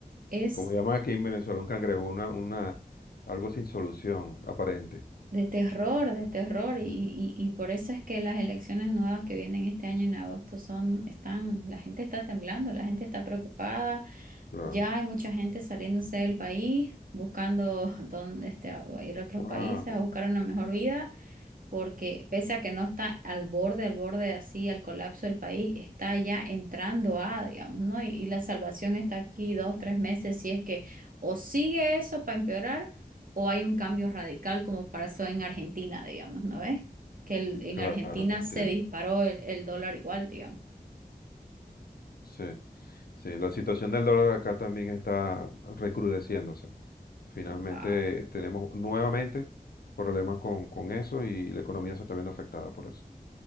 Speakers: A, on the right; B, on the left.
A: Es
B: Como llaman aquí en Venezuela, un cangrejo, una, una, algo sin solución aparente.
A: De terror, de terror, y,
B: Sí,
A: y, y por eso es que las elecciones nuevas que vienen este año en agosto son, están, la gente está temblando, la gente está preocupada,
B: claro.
A: ya hay mucha gente saliéndose del país, buscando <laughs> dónde, este, a- a ir a otros
B: Wow,
A: países a buscar una mejor vida, porque pese a que no está al borde, al borde así, al colapso del país, está ya entrando a, digamos, ¿no? Y, y la salvación está aquí dos, tres meses, si es que o sigue eso para empeorar o hay un cambio radical como pasó en Argentina, digamos, ¿no ves? Que el- en
B: claro,
A: Argentina
B: te entiendo.
A: se disparó el, el dólar igual, digamos.
B: Sí, sí, la situación del dólar acá también está recrudeciéndose. Finalmente
A: Wow,
B: tenemos nuevamente problemas con, con eso y la economía se está viendo afectada por eso.